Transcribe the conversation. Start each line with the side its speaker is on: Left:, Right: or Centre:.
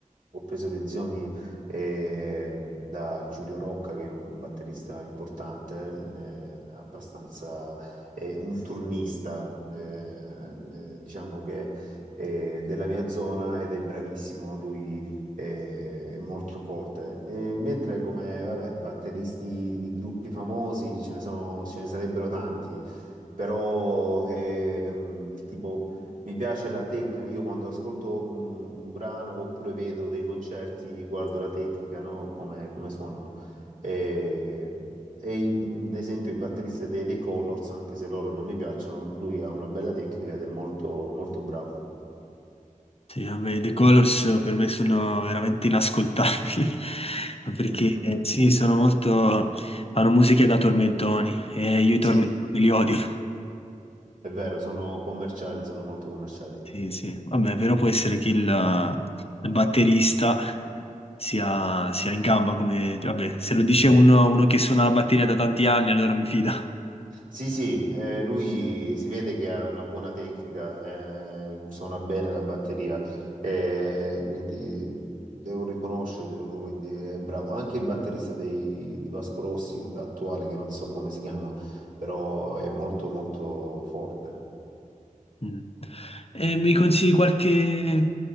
Right: ho preso lezioni eh, da Giulio Rocca, che è un batterista importante, ne- abbastanza eh, un turnista, eh, eh, diciamo che eh, della mia zona ed è bravissimo, lui eh, è molto forte. E mentre come, vabbè, batteristi di gruppi famosi ce ne sono, ce ne sarebbero tanti, però ehm, tipo... Mi piace la tecnica, io quando ascolto un, un brano oppure vedo dei concerti, guardo la tecnica, no? Come, come suonano. E, e i- ad esempio il batterista dei The Colors, anche se loro non mi piacciono, lui ha una bella tecnica ed è molto, molto bravo.
Left: Sì, vabbè, i The Colors per me sono veramente inascoltabili, <laughs> ma perché
Right: Mm, mm,
Left: eh,
Right: mm.
Left: sì, sono molto... fanno musiche da tormentoni e io i tormentoni
Right: Sì,
Left: li odio. <laughs>
Right: è vero, sono commerciali, sono molto commerciali.
Left: Sì, sì, vabbè, però può essere che il, il batterista sia, sia in gamba come... vabbè, se lo dice uno, uno che suona la batteria da tanti anni, allora mi fido.
Right: Sì, sì, eh, lui si vede che ha una buona tecnica, eh, suona bene la batteria, eh, quindi devo riconoscerglielo, quindi è bravo. Anche il batterista dei- di Vasco Rossi, l'attuale, che non so come si chiama, però è molto molto forte.
Left: Mm. E mi consigli qualche...